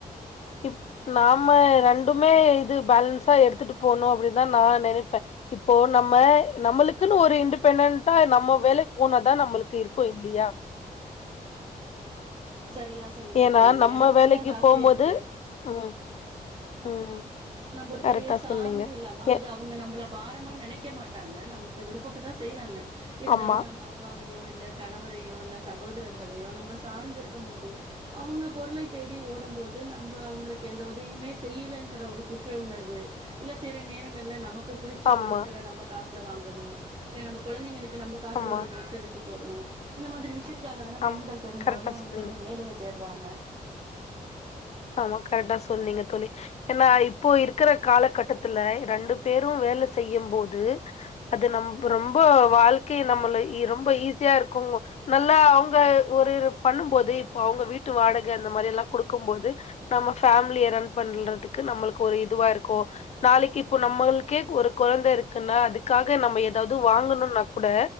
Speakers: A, on the left; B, on the right.
A: இப் நாம ரெண்டுமே இது பேலன்ஸா எடுத்துட்டு போனு அப்டின்னுதா நா நெனைப்பே இப்போ நம்ம நம்மளுக்குன்னு ஒரு இன்டிபெண்டன்டா நம்ம வேலக்கி போனதா நம்மளுக்கு இருக்கு இல்லியா
B: சரியா சொன்னீங்க
A: ஏன்னா
B: தோழி நீங்க
A: நம்ம
B: எனக்குமே
A: வேலைக்கு
B: அந்த ஆசையாருக்கு
A: போம்போது ம் ம்
B: நம்ப ஒருத்தரையே
A: கரெக்டா
B: சார்ந்து
A: சொன்னீங்க
B: இல்லாம
A: ஏ
B: அவுங்க நம்மள பாரமா நனைக்க மாட்டாங்க நமக்கு விருப்பத்தா செய்றாங்க இருந்தாலு
A: ஆமா
B: நம்ப அப் பாவையோ இல்ல கணவரையோ இல்ல சகோதரர்களையோ நம்ம சார்ந்து இருக்கும்போது அவங்க பொருளை தேடி ஓடும் போது நம்ப அவுங்களுக்கு எந்த உதயுமே செய்யலங்கிற ஒரு குற்ற உணர்வு இல்ல சில நேரங்கள்ல நமக்கு புடிச்ச
A: ஆமா
B: பொருட்கள நம்ப காச்ல வாங்கணு இல்ல நம்ப கொழந்தைங்களுக்கு நம்ப காச்ல
A: ஆமா
B: ஒரு டிரெஸ் எடுத்து போடணு இந்த மாதிரி விஷயத் துக்காகதான
A: ஆமா
B: பெண்கள் பெரும்பாலு
A: கரெக்டா
B: வந்துட்டு
A: சொன்னீங்க
B: ஒரு வேலைய தேட்றாங்க
A: ஆமா கரெக்டா சொன்னீங்க தோழி ஏனா இப்போ இருக்கிற காலகட்டத்துல ரெண்டு பேரும் வேல செய்யும் போது அது நம் ரொம்போ வாழ்க்கை நம்மள ரொம்ப ஈஸியா இருக்கு நல்லா அவங்க ஒரு பண்ணும்போது இப்ப அவங்க வீட்டு வாடக அந்த மாரி எல்லா குடுக்கும் போது நம்ம ஃபேமிலிய ரன் பண்றதுக்கு நம்ளுக்கு ஒரு இதுவா இருக்கு நாளைக் இப்ப நம்ளுக்கே ஒரு கொழந்த இருக்குன்னா அதுக்காக நம்ம ஏதாது வாங்கணுன்னா கூட